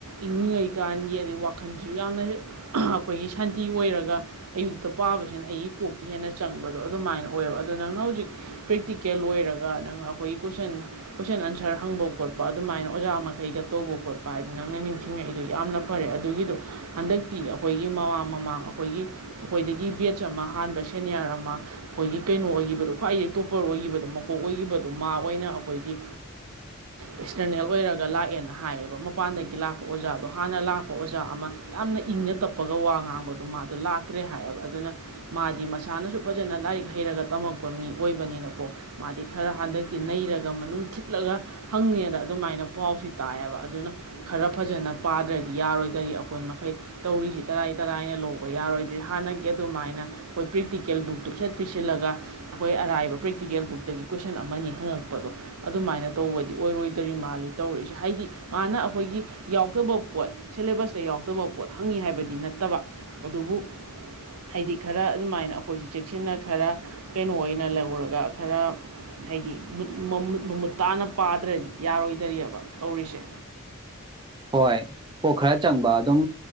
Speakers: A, on the right; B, on the right.
A: ꯏꯪꯉꯤꯉꯩꯀꯥꯟꯒꯤ ꯑꯗꯩ ꯋꯥꯈꯜꯁꯨ ꯌꯥꯝꯅ ꯑꯩꯈꯣꯏꯒꯤ ꯁꯟꯇꯤ ꯑꯣꯏꯔꯒ ꯑꯌꯨꯛꯇ ꯄꯥꯕꯁꯤꯅ ꯑꯩꯒꯤ ꯀꯣꯛꯇꯤ ꯍꯦꯟꯅ ꯆꯪꯕꯗꯣ ꯑꯗꯨꯃꯥꯏꯅ ꯑꯣꯏꯌꯦꯕ ꯑꯗꯨꯗꯣ ꯅꯪꯅ ꯍꯧꯖꯤꯛ ꯄ꯭ꯔꯦꯛꯇꯤꯀꯦꯜ ꯂ‌ꯣꯏꯔꯒ ꯅꯪ ꯑꯩꯈꯣꯏꯒꯤ ꯀꯣꯏꯁꯟ ꯀꯣꯏꯁꯟ ꯑꯟꯁꯔ ꯍꯪꯕ ꯈꯣꯠꯄ ꯑꯗꯨꯃꯥꯏꯅ ꯑꯣꯖꯥ ꯃꯈꯩꯒ ꯇꯧꯕ ꯈꯣꯠꯄ ꯍꯥꯏꯗ ꯅꯪꯅ ꯅꯤꯡꯁꯤꯡꯉꯛꯏꯗꯨꯣ ꯌꯥꯝꯅ ꯐꯔꯦ ꯑꯗꯨꯒꯤꯗꯣ ꯍꯟꯗꯛ ꯀꯤ ꯑꯩꯈꯣꯏꯒꯤ ꯃꯃꯥꯡ ꯃꯃꯥꯡ ꯑꯩꯈꯣꯏꯒꯤ ꯑꯩꯈꯣꯏꯗꯒꯤ ꯕꯦꯆ ꯑꯃ ꯍꯥꯟꯕ ꯁꯦꯅꯤꯌꯥꯔ ꯑꯃ ꯑꯩꯈꯣꯏꯒꯤ ꯀꯩꯅꯣ ꯑꯣꯏꯒꯤꯈꯤꯕꯗꯣ ꯈ꯭ꯋꯥꯏꯗꯒꯤ ꯇꯣꯞꯄꯔ ꯑꯣꯏꯒꯤꯈꯤꯕꯗꯣ ꯃꯀꯣꯛ ꯑꯣꯏꯈꯤꯕꯗꯣ ꯃꯥ ꯑꯣꯏꯅ ꯑꯩꯈꯣꯏꯒꯤ ꯑꯦꯛꯁꯇꯔꯅꯦꯜ ꯑꯣꯏꯔꯒ ꯂꯥꯛꯑꯦꯅ ꯍꯥꯏꯌꯦꯕ ꯃꯄꯥꯟꯗꯒꯤ ꯂꯥꯛꯄ ꯑꯣꯖꯥꯗꯣ ꯍꯥꯟꯅ ꯂꯥꯛꯄ ꯑꯣꯖꯥ ꯑꯃ ꯌꯥꯝꯅ ꯏꯪꯅ ꯇꯞꯄꯒ ꯋꯥ ꯉꯥꯡꯕꯗꯣ ꯃꯥꯗꯣ ꯂꯥꯛꯇ꯭ꯔꯦ ꯍꯥꯏꯌꯦꯕ ꯑꯗꯨꯅ ꯃꯥꯗꯤ ꯃꯁꯥꯅꯁꯨ ꯐꯖꯅ ꯂꯥꯏꯔꯤꯛ ꯍꯩꯔꯒ ꯇꯝꯃꯛꯄ ꯃꯤ ꯑꯣꯏꯕꯅꯤꯅꯀꯣ ꯃꯥꯗꯤ ꯈꯔ ꯍꯟꯗꯛꯇꯤ ꯅꯩꯔꯒ ꯃꯅꯨꯡ ꯊꯤꯠꯂꯒ ꯍꯪꯉꯦꯅ ꯑꯗꯨꯃꯥꯏꯅ ꯄꯥꯎꯁꯤ ꯇꯥꯏꯌ‌ꯦꯕ ꯑꯗꯨꯅ ꯈꯔ ꯐꯖꯅ ꯄꯥꯗ꯭ꯔꯗꯤ ꯌꯥꯔꯣꯏꯗ꯭ꯔꯤ ꯑꯩ ꯃ‌ꯣꯏ ꯃꯈꯩ ꯇꯧꯔꯤꯁꯤ ꯇꯔꯥꯏ ꯇꯔꯥꯏꯅ ꯂꯧꯕ ꯌꯥꯔꯣꯏꯗ꯭ꯔꯤ ꯍꯥꯟꯅꯒꯤ ꯑꯗꯨꯃꯥꯏꯅ ꯑꯩꯈꯣꯏ ꯄ꯭ꯔꯦꯛꯇꯤꯀꯦꯜ ꯕꯨꯛꯇꯨꯨꯞꯆꯠ ꯄꯤꯁꯤꯜꯂꯒ ꯑꯩꯈꯣꯏ ꯑꯔꯥꯏꯕ ꯄ꯭ꯔꯦꯛꯇꯤꯀꯦꯜ ꯕꯨꯛ ꯗꯒꯤ ꯀꯣꯏꯁꯟ ꯑꯃꯅꯤ ꯍꯪꯉꯛꯄꯗꯣ ꯑꯗꯨꯃꯥꯏꯅ ꯇꯧꯕꯗꯤ ꯑꯣꯏꯔꯣꯏꯗ꯭ꯔꯤ ꯃꯥꯜꯂꯤ ꯇꯧꯔꯛꯏꯁꯦ ꯍꯥꯏꯗꯤ ꯃꯥꯅ ꯑꯩꯈꯣꯏꯒꯤ ꯌꯥꯎꯗꯕ ꯄꯣꯠ ꯁꯦꯂꯦꯕꯁꯇ ꯌꯥꯎꯗꯕ ꯄꯣꯠ ꯈꯪꯉꯤ ꯍꯥꯏꯕ ꯅꯠꯇꯕ ꯑꯗꯨꯕꯨ ꯍꯥꯏꯗꯤ ꯈꯔ ꯑꯗꯨꯃꯥꯏꯅ ꯑꯩꯈꯣꯏꯁꯨ ꯆꯦꯛꯁꯤꯟꯅ ꯈꯔ ꯀꯩꯅꯣ ꯑꯣꯏꯅ ꯂꯧꯔꯒ ꯈꯔ ꯍꯥꯏꯗꯤ ꯃꯃꯨꯠ ꯇꯥꯅ ꯄꯥꯗ꯭ꯔꯅꯤ ꯌꯥꯔꯣꯏꯗꯔꯤꯑꯕ ꯇꯧꯔꯤꯁꯦ
B: ꯍꯣꯏ ꯀꯣꯛ ꯈꯔ ꯆꯪꯕ ꯑꯗꯨꯝ